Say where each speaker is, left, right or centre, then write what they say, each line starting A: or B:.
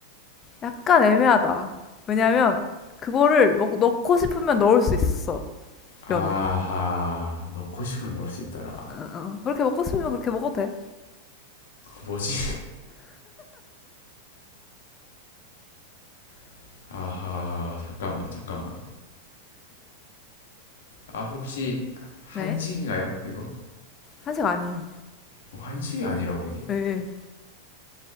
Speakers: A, on the left; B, on the left.
A: 약간 애매하다. 왜냐면 그거를 먹, 넣고 싶으면 넣을 수 있어,
B: 아하
A: 면을.
B: 넣고 싶으면 넣을 수 있더라.
A: 어, 어. 그렇게 먹고 싶으면 그렇게 먹어도 돼.
B: 뭐지? <laughs> 아하 잠깐만 잠깐만. 아 혹시 한식인가요?
A: 네,
B: 이거?
A: 한식 아니에요.
B: 어, 한식이 아니라고 이게?
A: 예, 예.